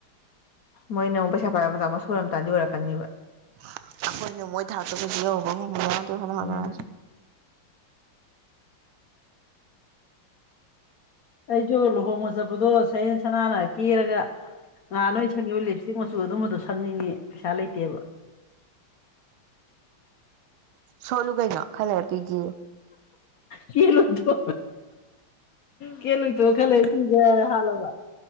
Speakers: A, on the left; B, on the right.
A: ꯃꯣꯏꯅ ꯑꯃꯨꯛ ꯄꯩꯁꯥ ꯄꯥꯏꯕ ꯃꯆꯥ ꯃꯁꯨ ꯑꯣꯏꯔꯝ ꯇꯥꯔꯗꯤ ꯑꯣꯏꯔꯛꯀꯅꯤꯕ
B: <unintelligible>
A: ꯎꯝ ꯑꯩꯁꯨ ꯂꯨꯍꯣꯡꯕ ꯆꯠꯄꯗꯣ ꯁꯌꯦꯦꯟ ꯁꯅꯥꯅ ꯀꯦꯔꯒ ꯉꯍꯥꯟ ꯂꯣꯏ ꯁꯪꯉꯕ ꯂꯤꯞꯁꯦ ꯆ ꯃꯆꯨ ꯑꯗꯨꯝꯕꯗꯣ ꯁꯪꯅꯤꯡꯉꯦ ꯄꯩꯁꯥ ꯂꯩꯇꯦꯕ
B: ꯁꯣꯜꯂꯨ ꯀꯩꯅꯣ ꯈꯜꯂꯦꯔ ꯄꯤꯒꯤꯦ
A: ꯀꯅ ꯊ ꯀꯅ ꯊꯣ ꯈ ꯂꯩ <unintelligible>